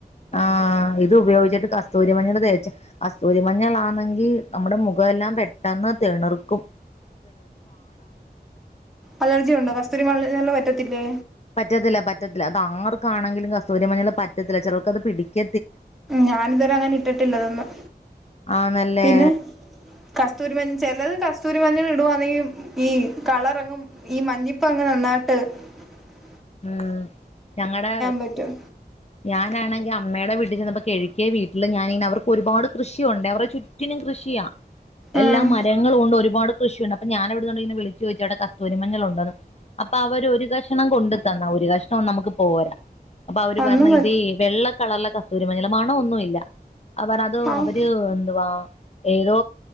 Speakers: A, on the left; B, in the centre.
A: ആ ഇത് ഉപയോഗിച്ചിട്ട് കസ്തൂരിമഞ്ഞൾ തേച് കസ്തൂരിമഞ്ഞൾാണെങ്കിൽ നമ്മുടെ മുഖ.. തെല്ലാം പെട്ടെന്ന് തതിണുർക്കും.
B: അലർജി ഉണ്ടോ കസ്തൂരി മഞ്ഞൾ പറ്റത്തില്ലേ.
A: പറ്റത്തില്ല പറ്റത്തില്ല അത് ആർക്കാണെങ്കിലും കസ്തൂരി മഞ്ഞൾ പറ്റത്തില്ല ചിലർക്ക് അത് പിടിക്ക..
B: ഞാനിതുവരെ അങ്ങനെ ഇട്ടിട്ടില്ലതൊന്നും.
A: ആന്നല്ലേ
B: പിന്നെ കസ്തൂരിമഞ് ചിലത്. കസ്തൂരി മഞ്ഞൾ ഇടുവാവാണെങ്കും ഈ കളർങ്ങ് ഈ മഞ്ഞിപ്പ അങ്ങ് നന്നായിട്ട്. ഉ
A: ഉം ഞങ്ങളടെ
B: പറ്റും
A: ഞാനാണെങ്കിൽ അമ്മയുടെ വീട്ടിൽ ചെന്നപ്പോ. കിഴ കേ വീട്ടില് ഞാൻ ന്ന്അവർക്ക് ഒരുപാട് കൃഷിയുണ്ട് അവരുടെ ചുറ്റിനും കൃഷിയാ. എല്ലാ
B: ആഹ്
A: മരങ്ങളും കൊണ്ട് ഒരുപാട് കൃഷിയുണ്ട് അപ്പൊ ഞാൻ എവിടുുന്നുണ്ട ഇെ വിളിച്ച ചോച്ചവിടെ കസ്തൂരിമങ്ങൾ ഉണ്ടന്ന്. അപ്പൊ അവര് ഒരു കക്ഷണം കൊണ്ട.. ന്ന ഒരു കഷ്ണം ഒന്നും നമുക്ക് പോരാ അപ്പൊ അവര്
B: അന്നും
A: പറഞ്ഞ
B: പ
A: ഇത വെള്ള കളറിലൊ.. സൂരുമനലമാണോ ഒന്നും ഇല്ല അവർ അത്
B: ആഹ്
A: അവര് എന്ത് വാ. ഏതോ